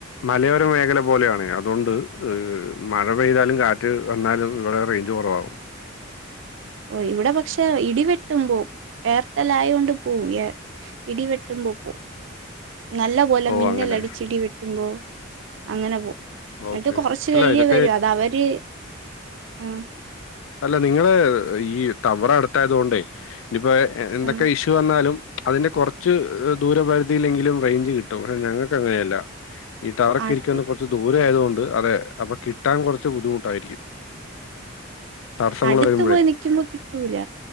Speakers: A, on the left; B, on the right.
A: മലയോര മേ മേല പോലെയാണ് അതുകൊണ്ട് മഴ പെയ്താലും കാറ്റ് വന്നാലും ഇവിടെ റേഞ്ച് കുറവാകും
B: ഓ ഇവിടെ പക്ഷെ ഇടിവെട്ടുമ്പോ എയർടെൽ ആയൊണ്ട് പോവും ഇടിവെട്ടുമ്പോ പോ നല്ല പോലെ
A: ഓ
B: മിന്നലടിച്ച്
A: അങ്ങനെ
B: ഇടി വെട്ടുമ്പോ അങ്ങനെ പോ
A: ഓക്കെ
B: എന്നിട്ട് കൊറച്ച്
A: അല്ല
B: കഴിയേ
A: ഇതൊക്കെ
B: വരും അത അവര് ആ
A: അല്ല നിങ്ങള് ഈ ടവറ് അടുത്തായത് കൊണ്ടേ ഇനി ഇപ്പോ എന്തൊക്കെ
B: ആ
A: ഇഷ്യൂ വന്നാലും അതിന്റെ കുറച്ച് ദൂരപരിധിയിലെങ്കിലും റേഞ്ച് കിട്ടും ഞങ്ങൾക്ക് അങ്ങനെയല്ല ഈ ടവറ് ഒക്കെ
B: ആട്ട്
A: എനിക്കൊന്ന് കുറച്ച് ദൂരെ ആയതുകൊണ്ട് അതെ അപ്പൊ കിട്ടാൻ കുറച്ച് ബുദ്ധിമുട്ടായിരിക്കും തടസ്സങ്ങൾ
B: അടുത്ത്
A: വരുമ്പോഴേ
B: പോയി നിൽക്കുമ്പോ കിട്ടൂല